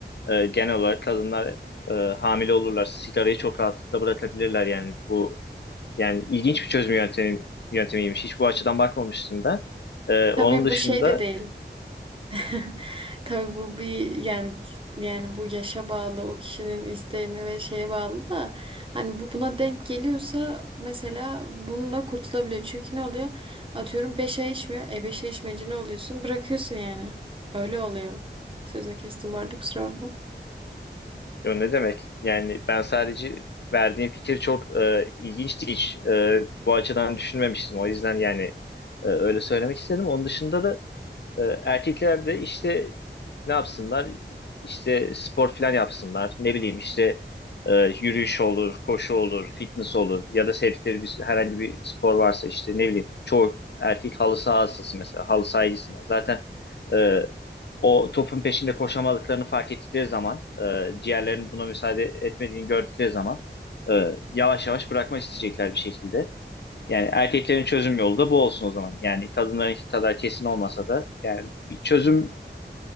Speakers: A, on the left (about 70°); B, on the right (about 30°).
A: e, genel olarak kadınlar e, hamile olurlar. Sigarayı çok rahatlıkla bırakabilirler yani bu yani ilginç bir çözüm yöntemi yöntemiymiş. Hiç bu açıdan bakmamıştım ben. E, onun
B: Tabii
A: dışında
B: bu şey de değil. <laughs> Tabii bu bir yani yani bu yaşa bağlı, o kişinin isteğine ve şeye bağlı da hani bu buna denk geliyorsa mesela bununla kurtulabiliyor. Çünkü ne oluyor? Atıyorum 5 ay içmiyor. E 5 ay içmeyince ne oluyorsun? Bırakıyorsun yani. Öyle oluyor. Sözünü kestim bu arada kusura bakma.
A: ya ne demek? Yani ben sadece verdiğim fikir çok e, ilginçti. Hiç e, bu açıdan düşünmemiştim. O yüzden yani e, öyle söylemek istedim. Onun dışında da Ee, erkekler de işte ne yapsınlar? İşte spor falan yapsınlar. Ne bileyim işte e, yürüyüş olur, koşu olur, fitness olur ya da sevdikleri bir, herhangi bir spor varsa işte ne bileyim çoğu erkek halı saha hastası mesela halı sahaya Zaten e, o topun peşinde koşamadıklarını fark ettikleri zaman e, ciğerlerinin buna müsaade etmediğini gördükleri zaman e, yavaş yavaş bırakmak isteyecekler bir şekilde. Yani erkeklerin çözüm yolu da bu olsun o zaman. Yani kadınlarınki kadar kesin olmasa da yani bir çözümdür